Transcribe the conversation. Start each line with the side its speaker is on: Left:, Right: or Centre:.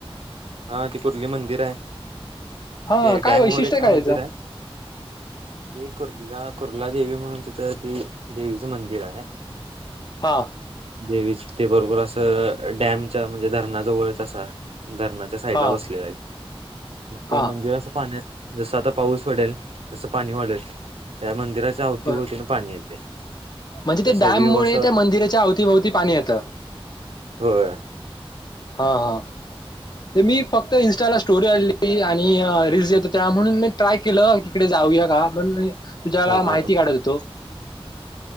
Right: हा ते कुर्ली मंदिर आहे
Left: हा
Right: ते
Left: काय
Right: डॅम
Left: वैशिष्ट्य
Right: वर एका
Left: काय
Right: मंदिर
Left: याचा <unintelligible>
Right: आहे ते कुर्ला देवी म्हणून तिथं ते देवीचं मंदिर आहे.
Left: हा.
Right: देवी ते बरोबर असं डॅमच्या म्हणजे धरणा जवळ <unintelligible> धरणाच्या साईड
Left: हा
Right: बसले आहे
Left: हा
Right: ते मंदिर अस पाण्यात जस आ पाऊस वाढत तस पाणी वाढतं मंदिर रात अवतीभवतीन
Left: बर
Right: पाणी येते
Left: म्हणजे
Right: त्यास
Left: ते डॅम
Right: विीव
Left: मुळे
Right: असं
Left: त्या
Right: <unintelligible>
Left: मंदिराच्या अवतीभवती पाणी येत.
Right: होय.
Left: हा हा मी फक्त इनस्टाला स्टोरी आणली आणि <unintelligible> रीलल्स येतो त्या म्हणून मी ट्राय केलं तिकडे जाऊया का पण म तुझ्याला
Right: हा हा
Left: माहिती काढत होतो <unintelligible>